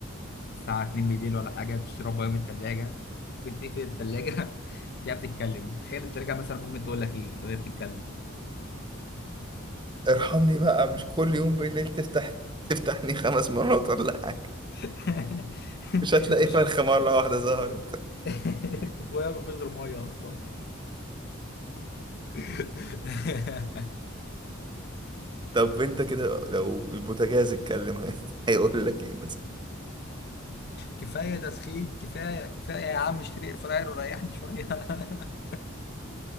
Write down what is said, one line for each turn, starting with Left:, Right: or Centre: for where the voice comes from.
Left: الساعة 2 بالليل ولا حاجة بتشرب ميه من الثلاجة كنت تقفل الثلاجة <laughs> تلاقيها بتتكلم تخيل الثلاجة مثلا ممكن تقول لك ايه لو هي بتتكلم
Right: ارحمني بقى مش كل يوم بالليل تفتح تفتحني خمس مرات ولا حاجة
Left: <laughs>
Right: مش هتلاقي
Left: مش
Right: فرخة مرة واحدة ظهرت
Left: <laughs> هو ما فيش غير ميه اصلا <laughs>
Right: طب انت كده لو البوتاجاز اتكلم هي- هيقول لك ايه مثلا
Left: كفايه تسخين كفايه كفايه يا عم اشتري اير فراير وريحني شويه <laughs>